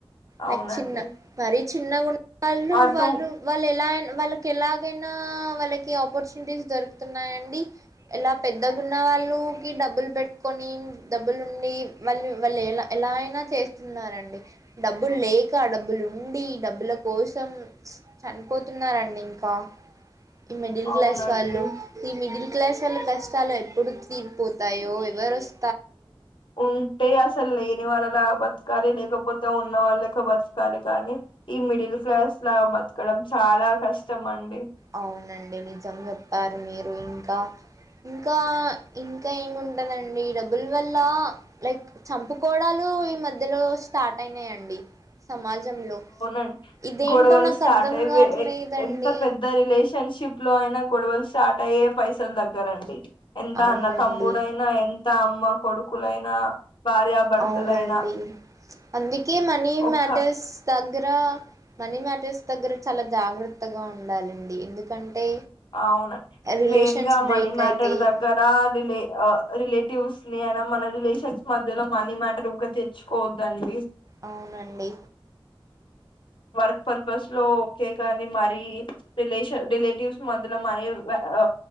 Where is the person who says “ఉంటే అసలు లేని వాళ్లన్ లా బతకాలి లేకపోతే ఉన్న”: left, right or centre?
Left